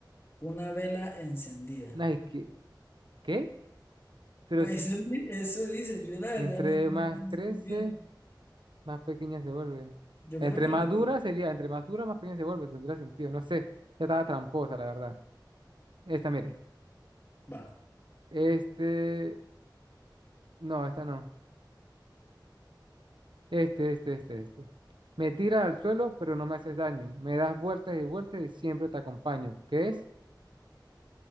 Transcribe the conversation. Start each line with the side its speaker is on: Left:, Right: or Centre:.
Left: Una vela encendida.
Right: No, es que, ¿qué? Pero s-
Left: Eso, di- eso dice, yo la verdad
Right: entre
Left: no, no
Right: más
Left: entendí
Right: crece,
Left: muy bien.
Right: más pequeña se vuelve.
Left: Yo
Right: Entre
Left: creo que
Right: más
Left: lo
Right: dura
Left: que...
Right: sería, entre más dura, más pequeña se vuelve, tendría sentido, no sé. Ya estaba tramposa, la verdad. Esta, mire.
Left: Va.
Right: Este, no, esta no. Este, este, este, este. Me tiras al suelo, pero no me haces daño. Me das vueltas y vueltas y siempre te acompaño. ¿Qué es?